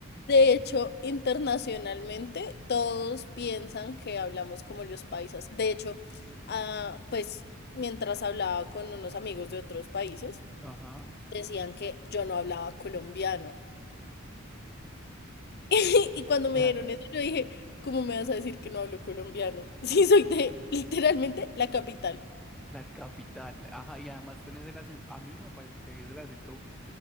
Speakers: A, on the left; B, in the centre.
A: de hecho, internacionalmente todos piensan que hablamos como los paisas. De hecho, ah, pues mientras hablaba con unos amigos de otros países,
B: Ajá,
A: decían que yo no hablaba colombiano. <laughs> Y cuando
B: claro,
A: me dieron eso, yo dije, ¿cómo me vas a decir que no hablo colombiano? <laughs> Sí, soy de literalmente la capital.
B: la capital. Ajá, y además tenés el acento, a mí me parece, tenés el acento,